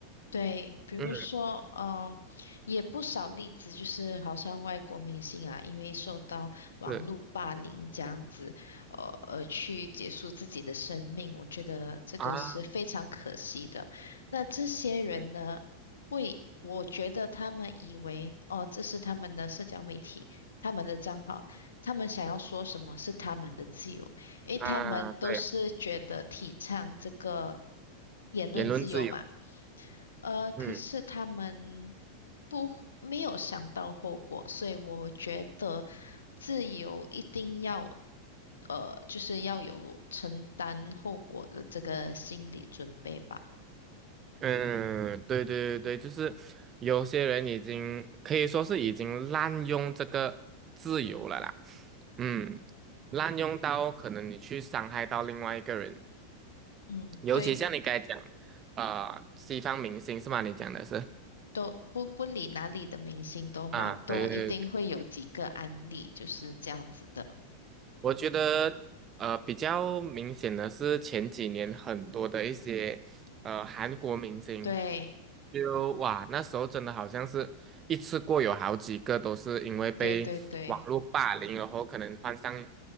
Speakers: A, on the left; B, on the right.
A: 对，比如说，
B: 嗯，
A: 嗯，也不少例子，就是好像外国明星啊，因为受到网络霸凌这样子，
B: 是
A: 呃，而去结束自己的生命，我觉得这个是非常可惜的。
B: 啊，
A: 那这些人呢，
B: 嗯
A: 会，我觉得他们以为，哦，这是他们的社交媒体，他们的账号，他们想要说什么是他们的自由，因为他们都是觉得提倡这个
B: 啊，对，
A: 言论自由嘛。
B: 言论自由，
A: 呃，可是他们
B: 嗯
A: 不没有想到后果，所以我觉得自由一定要，呃，就是要有承担后果的这个心理准备吧。
B: 嗯，对对对对，就是有些人已经可以说是已经滥用这个自由了啦，嗯，滥用到可能你去伤害到另外一个人。
A: 嗯，
B: 尤其像你刚才讲，
A: 对，
B: 啊、西方明星是吗？你讲的是
A: 都不不理哪里的明星都好，
B: 啊，
A: 都一定会有几个案例就是这样子的。
B: 对对对，我觉得呃比较明显的是前几年很多的一些呃韩国明星，
A: 对，
B: 就哇那时候真的好像是一次过有好几个都是因为被网络霸凌，
A: 对对对。
B: 然后可能患上